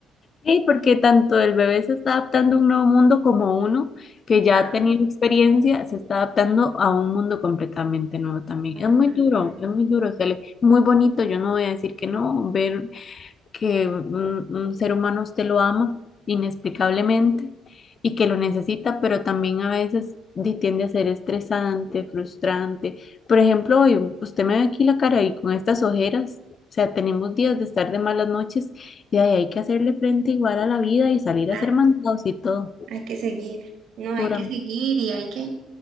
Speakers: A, on the left; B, on the right.
A: sí, porque tanto el bebé se está adaptando a un nuevo mundo como uno que ya
B: También,
A: ha tenido experiencia se está adaptando a un mundo completamente nuevo también.
B: completamente
A: Es muy duro,
B: nuevo.
A: es muy duro, Cele, muy bonito, yo no voy a decir que no, ver que un, un ser humano usted lo ama inexplicablemente y que lo necesita, pero también a veces di- tiende a ser estresante, frustrante. Por ejemplo, hoy usted me ve aquí la cara y con estas ojeras, o sea, tenemos días de estar de malas noches y de ahí hay que hacerle frente igual a la vida y salir
B: Claro,
A: a hacer mandados y todo.
B: hay que seguir. No, hay
A: Pura.
B: que seguir y hay que,